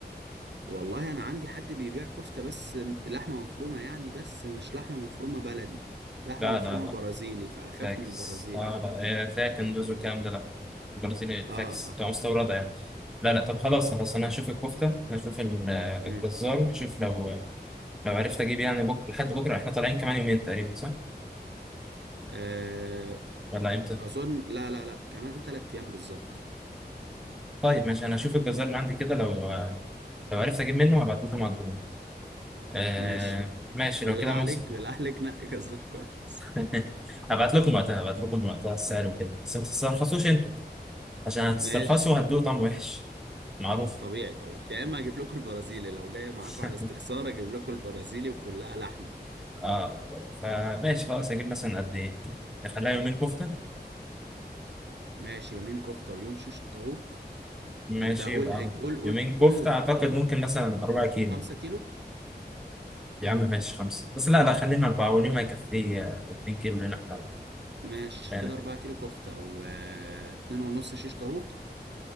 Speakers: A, on the right; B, in the centre.
A: والله انا عندي حد بيبيع كفتة بس م- لحمة مفرومة يعني بس مش لحمة مفرومة بلدي لحمة
B: لا
A: مفرومة
B: لا لا
A: برازيلي فاخاف
B: فاكس
A: من البرازيلي
B: اه لا آه، تلاقي كندوز والكلام ده لا البرازيلي
A: اه
B: فاكس
A: اه
B: تبقى مستورده يعني لا لا طب خلاص خلاص انا هشوف الكفته هشوف ال- آه،
A: امم
B: الجزار اشوف لو لو عرفت اجيب يعني بكره لحد بكره احنا طالعين كمان يومين تقريبا صح
A: آه،
B: ولا امتى
A: اظن لا لا لا كمان تلات ايام بالظبط
B: طيب ماشي انا هشوف الجزار اللي عندي كده لو آه، لو عرفت اجيب منه هبعت لكم على الجروب آه
A: ماشي
B: ماشي
A: بالله
B: لو كده
A: عليك
B: ماشي
A: بالله عليك نقي جزار كويس
B: <laughs> هبعت لكم وقتها هبعت لكم وقتها السعر وكده بس ما تسترخصوش انتوا عشان هتسترخصوا
A: ماشي
B: هتدوقوا طعم وحش معروف
A: طبيعي طبيعي يا اما اجيب لكم البرازيلي لو جاي معاكم
B: <laughs>
A: على استخسار اجيب لكم البرازيلي وكلها لحمة
B: اه طيب، فماشي خلاص هجيب مثلا قد ايه نخليها يومين كفتة
A: ماشي يومين كفتة ويوم شيش طاووق
B: ماشي
A: انت قول
B: يبقى
A: هيك قول قول
B: يومين كفتة
A: قول
B: اعتقد ممكن مثلا 4 كيلو
A: 5 كيلو
B: يا عم ماشي خمسة بس لا لا خلينا أربعة واليوم هيكفي آه، 2 كيلو لنا إحنا.
A: ماشي
B: لا،
A: كده أربعة كيلو كفتة واتنين ونص شيش طاووق